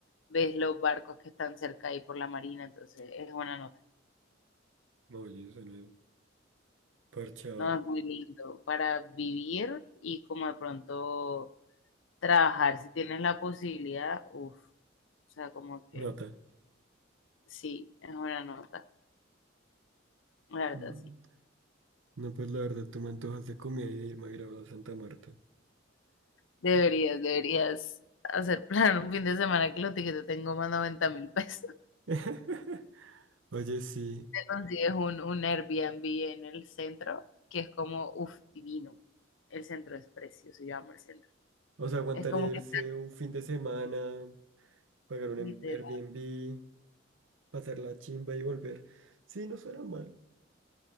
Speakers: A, on the left; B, on the right.
A: ves los barcos que están cerca ahí por la marina, entonces es una nota.
B: Oye, suena parchado.
A: No, es muy lindo para vivir y como de pronto trabajar, si tienes la posibilidad, uff, o sea, como que
B: Nota.
A: sí, es una nota, la verdad
B: Mm,
A: sí.
B: No, pues la verdad, tú me antojas de comida y de irme a grabar a Santa Marta.
A: Deberías,
B: Hola.
A: deberías hacer plan un fin de semana que los tickets te tengo más noventa mil pesos.
B: <laughs> Oye, sí.
A: consigues un, un Airbnb en el centro, que es como, uff, divino. El centro es precioso, yo amo el centro.
B: O sea, aguantaría
A: Es como
B: irse
A: que,
B: un fin de semana, pagar un
A: literal,
B: em- Airbnb, pasar la chimba y volver. Sí, no suena mal.